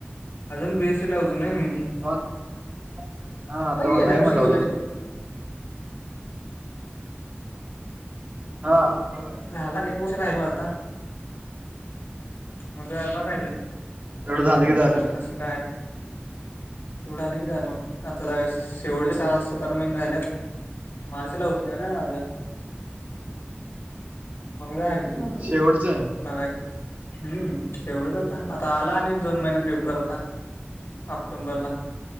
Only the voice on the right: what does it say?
<inaudible> हा
तवा
नाही
म्हणला
होतास तू, हा, होय.
तेवढं
झालं की झालं
शेवटचं.